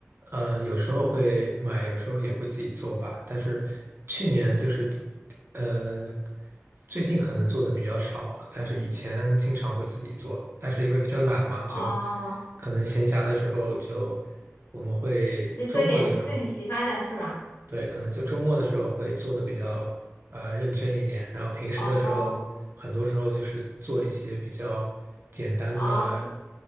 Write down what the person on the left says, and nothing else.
哦，
就做点自己喜欢的是吧？
哦
哦